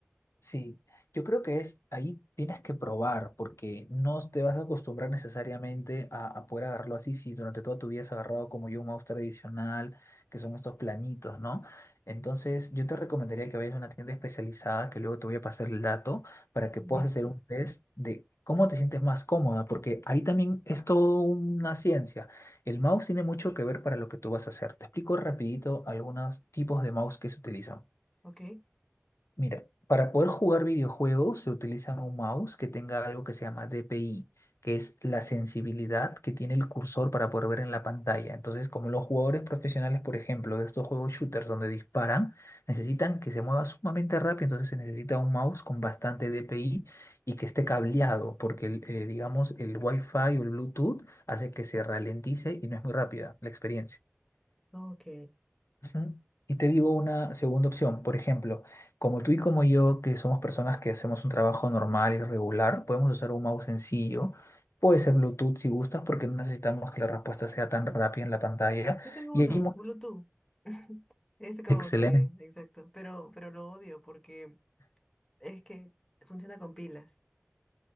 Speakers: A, on the left; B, on the left.
A: Sí, yo creo que es ahí tienes que probar porque no te vas a acostumbrar necesariamente a, a poder agarrarlo así si durante toda tu vida has agarrado como yo un mouse tradicional, que son estos planitos, ¿no? Entonces, yo te recomendaría que vayas a una tienda especializada, que luego te voy a pasar el dato para que
B: Genial.
A: puedas hacer un test de cómo te sientes más cómoda, porque ahí también es todo una ciencia. El mouse tiene mucho que ver para lo que tú vas a hacer. Te explico rapidito algunos tipos de mouse que se utilizan.
B: Ok.
A: Mira, para poder jugar videojuegos se utiliza un mouse que tenga algo que se llama DPI, que es la sensibilidad que tiene el cursor para poder ver en la pantalla. Entonces, como los jugadores profesionales, por ejemplo, de estos juegos shooters donde disparan, necesitan que se mueva sumamente rápido, entonces se necesita un mouse con bastante DPI y que esté cableado, porque el, eh, digamos el Wi-Fi o el Bluetooth hace que se ralentice y no es muy rápida la experiencia.
B: Ok.
A: Ujú. Y te digo una segunda opción, por ejemplo, como tú y como yo, que somos personas que hacemos un trabajo normal y regular, podemos usar un mouse sencillo, puede ser Bluetooth si gustas, porque no necesitamos que la respuesta sea tan rápida en la pantalla.
B: Yo tengo
A: Y
B: uno,
A: ahí, mu-
B: Bluetooth. <laughs> Es como
A: excelente.
B: que, exacto, pero, pero lo odio porque es que funciona con pilas.